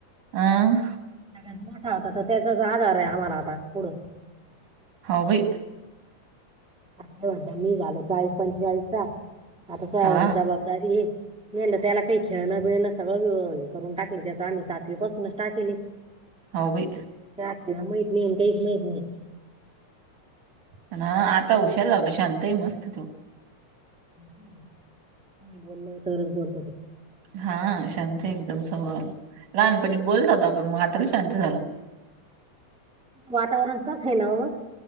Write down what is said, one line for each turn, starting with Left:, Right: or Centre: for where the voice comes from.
Right: आं
Centre: सगळ्यात मोठा होता त त्याचाच आधार आहे आम्हाला आता पुढ.
Right: होवं बाई.
Centre: आता ते म्हणता मी झालो चाळीस पंचेचाळीस चा आता तुवावरचं
Right: हा
Centre: जबाबदारी ये. मी म्हणलं त्याला काय खेळणं बिळणं सगळं हे करून टाकलं त्याच आम्ही सातवी पासूनच टाकेलय.
Right: हाव बई.
Centre: त्याला खेळा माहित नाही ना काहीच माहित नाई.
Right: अनं आता हुशार झाला शांतय मस्त तो
Centre: कुणी बोलल तरच बोलतो तो.
Right: हा शांत एकदम स्वभावाला लहानपणी बोलत होता पण म आता का शांत झाला.
Centre: वातावरण तस हाय ना ओ